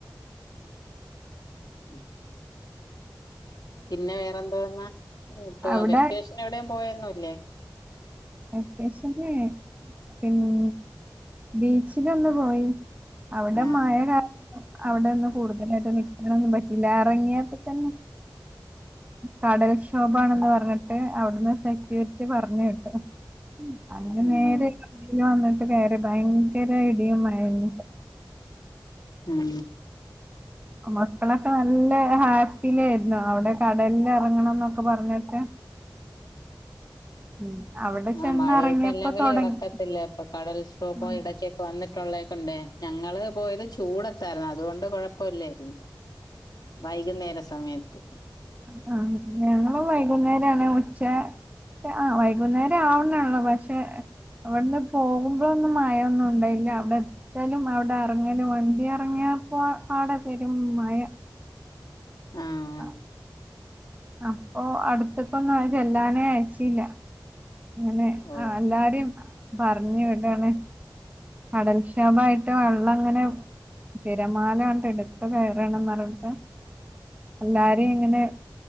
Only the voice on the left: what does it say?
<inaudible> പിന്നെ വേറെന്തൊ പറഞ്ഞേ
വെക്കേഷന് എവിടെയും പോയൊന്നുമില്ലേ.
ആഹ്
ആണോ
ഉം
ആ
മഴയത്ത് അല്ലെങ്കിളെ
ഇറക്കത്തില്ലായിരുന്നു കടൽക്ഷോഭം
ഇടയ്ക്കൊക്കെ വന്നിട്ടുള്ളതു കൊണ്ടേ പോയത് ചൂടതായിരുന്നു അതുകൊണ്ട് കുഴപ്പമില്ലായിരുന്നു. വൈകുന്നേര സമയത്ത് <inaudible>
ആഹ്
ഓ